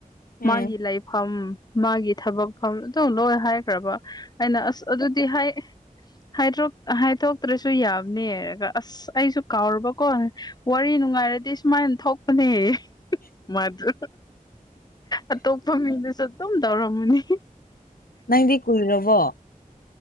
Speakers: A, on the left; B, on the left.
A: ꯎꯝ
B: ꯃꯥꯒꯤ ꯂꯩꯥꯏꯐꯝꯝ ꯃꯥꯒꯤ ꯊꯕꯛ ꯐ ꯑꯗꯨꯝ ꯂꯣꯏ ꯍꯥꯏꯈ꯭ꯔꯕ ꯑꯩꯅ ꯑꯁ ꯑꯗꯨꯗꯤ ꯍꯥꯏ ꯍꯥꯏꯗ꯭ꯔꯣꯛ ꯍꯥꯏꯗꯣꯛꯇ꯭ꯔꯁꯨ ꯌꯥꯝꯅꯤ ꯍꯥꯏꯔꯒ ꯑꯁ ꯑꯩꯁꯨ ꯀꯥꯎꯨꯔꯕꯀꯣ ꯋꯥꯔꯤ ꯅꯨꯡꯉꯥꯏꯔꯗꯤ ꯁꯨꯃꯥꯏꯅ ꯊꯣꯛꯄꯅꯦ ꯃꯗꯨ ꯑꯇꯣꯞꯄ ꯃꯤꯗꯨꯁꯨ ꯑꯗꯨꯝ ꯇꯧꯔꯝꯃꯅꯤ
A: ꯅꯪꯗꯤ ꯀꯨꯏꯔꯕꯣ